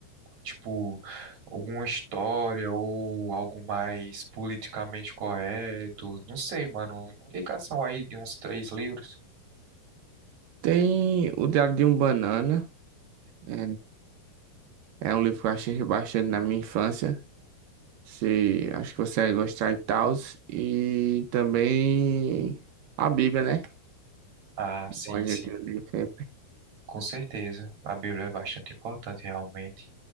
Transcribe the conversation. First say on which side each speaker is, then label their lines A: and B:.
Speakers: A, on the right; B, on the right.
A: tipo alguma história ou algo mais politicamente correto, não sei, mano, indicação aí de uns três livros.
B: Tem o Diário de um Banana, é, é um livro que eu achei bastante na minha infância. Se, acho que você vai gostar e tal. E também a Bíblia, né?
A: Ah, sim,
B: Monja
A: sim,
B: de Olimpíada.
A: com certeza. A Bíblia é bastante importante, realmente.